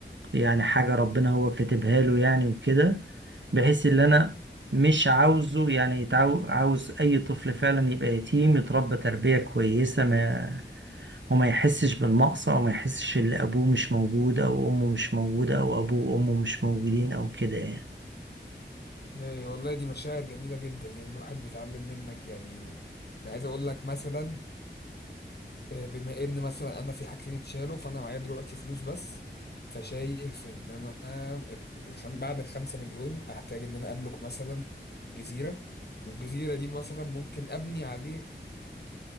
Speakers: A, on the right; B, on the left.
A: يعني حاجة ربنا هو كاتبها له يعني وكده بحيث ان انا مش عاوزه يعني يتعو... عاوز اي طفل فعلا يبقى يتيم يتربى تربية كويسة ما وما يحسش بالنقص او ما يحسش ان ابوه مش موجود او امه مش موجودة او ابوه وامه مش موجودين او كده يعني
B: ده والله دي مشاعر جميله جدا يعني الواحد بيتعلم منك يعني انا عايز اقول لك مثلا آه، بما ان مثلا انا في حاجتين اتشالوا فانا معايا دلوقتي فلوس بس فشايف ان انا ال- الخم... بعد الخمسة مليون احتاج ان انا املك مثلا جزيره والجزيره دي مثلا ممكن ابني عليه